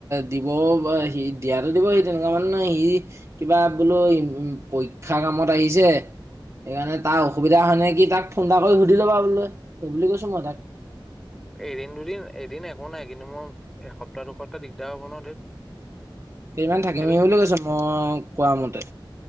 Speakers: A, on the right (about 35°); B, in the centre.
A: দিবি বা সি, দিয়াতটো দিব সি তেনেকুৱা মানে নহ সি কিবা বোলো উম পৰীক্ষা কামত আহিছে। সেইকাৰণে তাৰ অসুবিধা হয় নে কি তাক ফোন এটা কৰি সুধি লবা বোলে, সেইবুলি কৈছো মই তাক।
B: এদিন দুদিন এদিন একো নাই কিন্তু মই এসপ্তাহ দুসপ্তাহ দিগদাৰ হ'ব ন ধেত।
A: কেইদমান থাকিম
B: সেইটোত
A: বুলি কৈছো মই কোৱা মতে।